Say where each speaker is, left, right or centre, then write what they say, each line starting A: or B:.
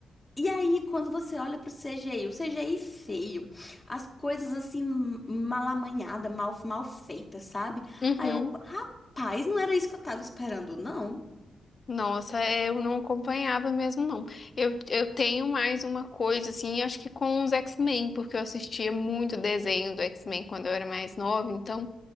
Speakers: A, on the left; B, on the left.
A: E aí, quando você olha pro CGI, o CGI feio, as coisas assim, mal amanhada, mal, mal feitas, sabe?
B: Uhum.
A: Aí eu, rapaz, não era isso que eu tava esperando, não.
B: Nossa, é, eu não acompanhava mesmo, não. Eu, eu tenho mais uma coisa, assim, acho que com os X-Men, porque eu assistia muito desenho do X-Men quando eu era mais nova, então